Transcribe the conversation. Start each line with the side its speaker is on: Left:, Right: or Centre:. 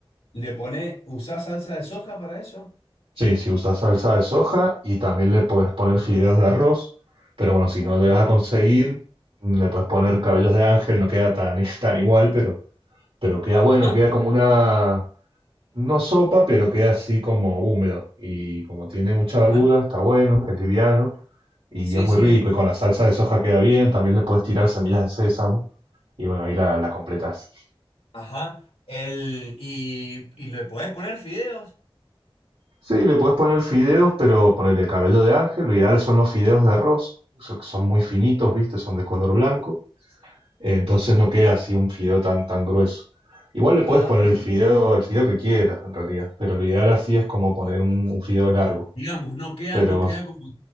Left: le pone, ¿usás salsa de soja para eso?
Right: Sí, si usas salsa de soja y también le puedes poner fideos de arroz. Pero bueno, si
Left: Ajá,
Right: no llegas a conseguir, le puedes poner cabellos de ángel, no queda tan, <laughs> tan igual, pero, pero queda bueno,
Left: ajá.
Right: queda como una, No sopa, pero queda así como húmedo. Y como tiene mucha verdura,
Left: Ajá.
Right: está bueno, es liviano y
Left: Sí,
Right: es muy
Left: sí.
Right: rico. Y con la salsa de soja queda bien. También le puedes tirar semillas de sésamo. Y bueno, ahí la, la completas.
Left: Ajá. El, y, y le podés poner fideos.
Right: Sí, le puedes poner fideos, pero ponerle cabello de ángel. Lo ideal son los fideos de arroz. Son, son muy finitos, ¿viste? Son de color blanco. Entonces no queda así un fideo tan, tan grueso. Igual le puedes
Left: Ah,
Right: poner
Left: bien,
Right: el fideo,
Left: bien.
Right: el fideo que quieras, en realidad. Pero lo ideal así es como poner un, un fideo largo.
Left: Digamos, no queda,
Right: Pero,
Left: no queda como,